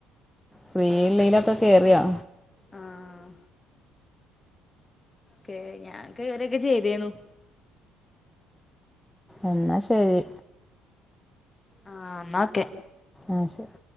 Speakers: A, in the centre; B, on the left.
A: ഫ്രീള്ളയിലൊക്കെ കേറിയോ
B: ആഹ് കോ ഞാൻ കേറിയൊക്കെ ചെയ്തേന്നു
A: എന്നാ ശെരി.
B: ആഹ് ന്നാ ഓക്കെ.
A: ആ ശെരി